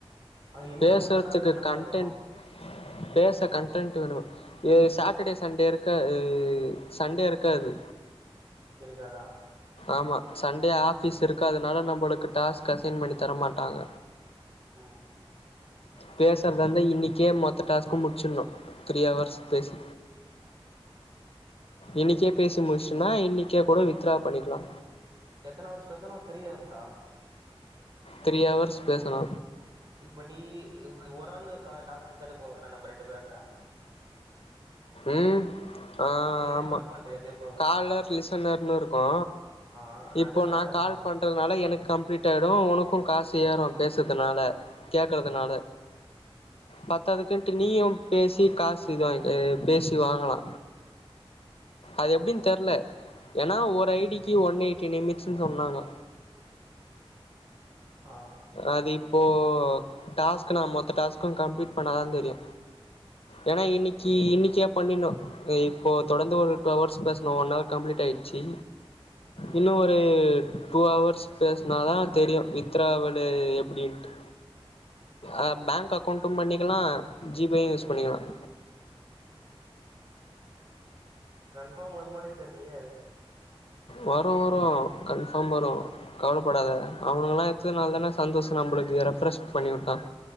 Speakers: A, on the right; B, on the left.
A: ஆ இன்னைக்கு
B: பேசுறதுக்கு
A: மட்டுதானா இல்ல தெனமு
B: கன்டென்ட்
A: இருக்குமா
B: பேச கன்டரன்ட் வேணு சாட்டடே சண்டே இருக்கா சண்டே இருக்காது
A: இருக்காதா
B: ஆமா சண்டே ஆஃபீஸ் இருக்காது நால நம்மளுக்கு டாஸ்க் அசைன் பண்ணி தர மாட்டாங்க
A: ம்
B: பேசறாந்தா இன்னிக்கே மொத்த டாஸ்க்கு முடிச்சுன்னு த்ரீ அவர்ஸ் பேசி இன்னிக்கே பேசி முடிச்சிடினா இன்னிக்கே கூட வித்ரா பண்ணிக்லா
A: எத்தன அவர்ஸ் பேசனு த்ரீ அவர்ஸா
B: த்ரீ அவர்ஸ் பேசனு
A: இப்ப நீ ஒரு ஆளு கால் டாஸ்க் முச்சால போதுங்க நம்ம ரெண்டு பேர்ல
B: ம் ஆ
A: இப்ப நீ எனக்கு
B: ஆமா
A: கால் பண்றியே அதே போதுதான
B: காலர் லிசனர்னு இருக்கு
A: ஆ
B: இப்போ
A: லிசனர்ல
B: நா கால் பண்றதுனால எனக் கம்பிளீட் ஆய்டும் உனக்கு காசு ஏறும் பேசதுனால கேக்குறது
A: ம்
B: நாலு பத்ததுக்குன்டு நீயும் பேசி காசு இது வாங்கி ஆ பேசி வாங்கலா அது
A: ஆ
B: எப்டின் தெர்ல ஏன்னா ஒரு ஐடிக்கு ஒன் எயிட்டி நிமிஸ்ட்னு சொன்னாங்க
A: ஆ ஆ
B: ஆதி இப்போ போ டாஸ்க் நா மொத்த டாஸ்க் கம்ளீட் பண்ணா தா தெரியு ஏனா இன்னிக்கி இன்னிகே பண்ணிணு இப்போ தொடந்து ஒரு டூ அவர்ஸ் பேசணு ஒன் அவர் கம்ளீட் ஆய்டுச்சி
A: ம்
B: இன்னு ஒரு டூ அவஹவர்ஸ் பேசினா தா தெரியும் வித்ராவல் எ எப்டிண்டு அ பேங்க் அக்கௌண்டும் பண்ணிக்கலாம் ஜிபேயும் யூஸ்
A: ம்
B: பண்ணிக்கலாம்
A: கன்ஃபார்ம் வருமனோ தெரிலயே
B: வரும் வரும் கன்ஃபார்ம் வரும் கவலைப்படாத அவனுக எல்லா எத்துதுனால தானே சந்தோஷம் நம்மளுக்கு ரெஃப்ரெஷ பண்ணி விட்டான்